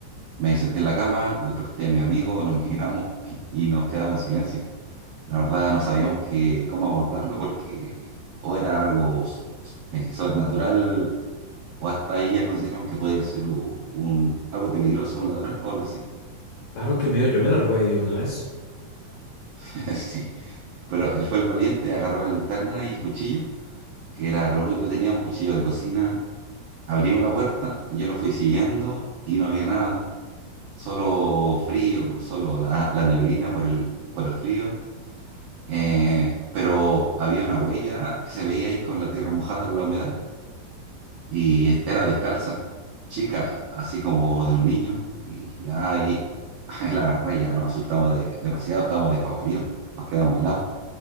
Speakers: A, on the right (about 85°); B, on the left (about 70°).
A: Me senté en la cama, desperté a mi amigo, nos <laughs> miramos y y nos quedamos en silencio. La verdad no sabíamos que, cómo abordarlo porque o era algo s- s- eh, sobrenatural o hasta ahí ya consideramos que podía ser u- un, algo peligroso, un ladrón o algo así.
B: Claro que medio, yo me largo ahí de una vez.
A: <laughs> Sí, pero él fue el valiente, agarró la linterna y cuchillo, que era lo único que tenía, un cuchillo de cocina. Abrimos la puerta, yo lo fui siguiendo y no había nada. solo frío, solo la, la neblina por el, por el frío, eh, pero había una huella que se veía ahí con la tierra mojada, con la humedad, y es- era descalza, chica, así como de un niño, y ya ahí, <laughs> la verdad, ya nos asustamos de, demasiado, estábamos despavoridos, nos quedamos helados,